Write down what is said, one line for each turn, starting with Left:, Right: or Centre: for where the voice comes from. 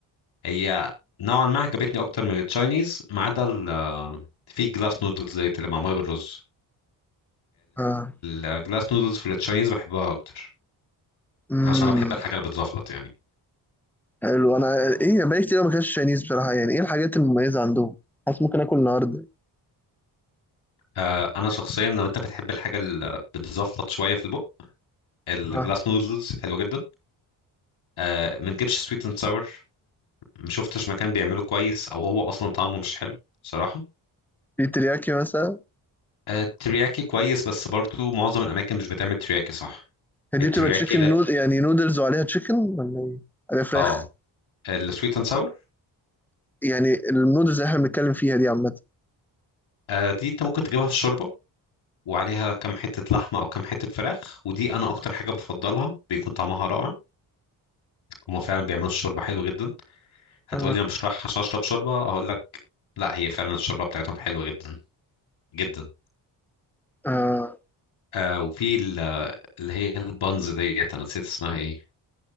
Left: هي نوعا ما عجبتني اكتر من التشاينيز ما عدا ال- آه، في جلاس نودلز زي اللي معموله بالرز
Centre: اه
Left: الجلاس نودلز في التشاينيز بحبها اكتر
Centre: امم
Left: يعني عشان انا بحب الحاجه اللي بتزفلط يعني
Centre: حلو انا ايه بقالي كتير ما اكلتش تشاينيز بصراحه يعني ايه الحاجات المميزه عندهم حاسس ممكن اكل النهارده
Left: آه انا شخصيا لو انت بتحب الحاجه اللي بتزفلط شويه في البق الجلاس
Centre: اه
Left: نودلز حلوه جدا آه ما تجيبش سويت اند ساور ما شفتش مكان بيعمله كويس او هو اصلا طعمه مش حلو صراحه
Centre: في ترياكي مثلا
Left: آه الترياكي كويس بس برضو معظم الاماكن مش بتعمل ترياكي صح
Centre: هي دي
Left: الترياكي
Centre: بتبقى تشيكن
Left: لا
Centre: نود يعني نودلز وعليها تشيكن ولا ايه عليها فراخ
Left: اه السويت اند ساور
Centre: يعني النودلز اللي احنا بنتكلم فيها دي عامه
Left: آه دي انت ممكن تجيبها في شوربه وعليها كام حته لحمه او كام حته فراخ ودي انا اكتر حاجه بفضلها بيكون طعمها رائع هما فعلا بيعملوا الشوربه حلو جدا هتقول
Centre: اه
Left: لي انا مش رايح عشان اشرب شوربه هقول لك لا هي فعلا الشوربه بتاعتهم حلوه جدا جدا
Centre: اه
Left: آه وفي ال- اللي هي البانز ديت انا نسيت اسمها ايه